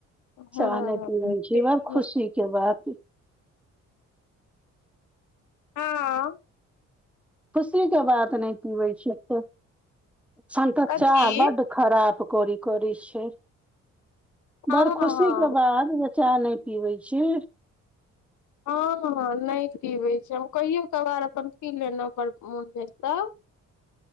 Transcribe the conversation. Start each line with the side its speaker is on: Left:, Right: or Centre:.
Left: हँ
Centre: चाह नै पिबय छी
Left: डेली
Centre: बड़ खुशी
Left: नहि
Centre: के बात
Left: हां हां हा
Centre: खुशी के बात नहि पीबै छियैसे साँझक
Left: कथी
Centre: चाह बड़ खराबी करै छै।
Left: हँ
Centre: बड़ खुशी
Left: हँ
Centre: के बात जे चाह नै पीबै छी।
Left: हँ हँ, नहि पीबै छी हम। कहियो कभार मोन भेल तऽ पी लेलहुँ।